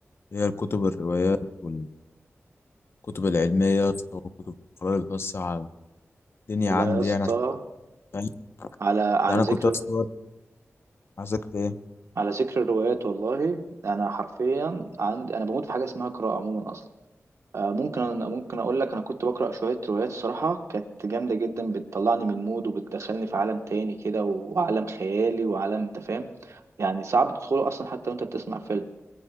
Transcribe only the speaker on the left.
هي الكتب الروايات والكتب العلميه يا اسطى والكتب القراءه اللي بتوسع الدنيا
عندي
يعني عشان فاهم؟
يعني انا
كنت يا اسطى عايزك ايه